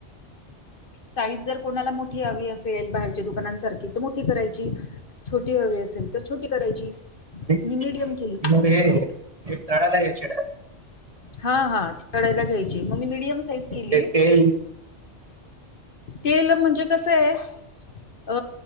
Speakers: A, on the left; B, on the right.
A: साईज जर कोणाला मोठी हवी असेल बाहेरच्या दुकानांसारखी तर मोठी करायची छोटी हवी असेल तर छोटी करायची
B: आणि
A: मी मिडियम केली.
B: हे तळायला घ्यायचे <unintelligible>
A: हा हा तळायला घ्यायची मग मी मीडियम साईज केली,
B: ते तेल
A: तेल म्हणजे कसं आहे. अ